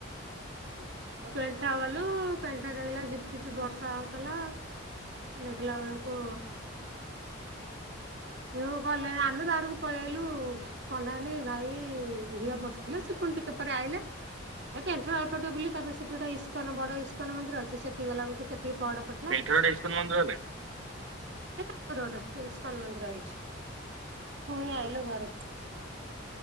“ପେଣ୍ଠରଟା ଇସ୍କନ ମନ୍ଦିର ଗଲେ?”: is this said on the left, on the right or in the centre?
Right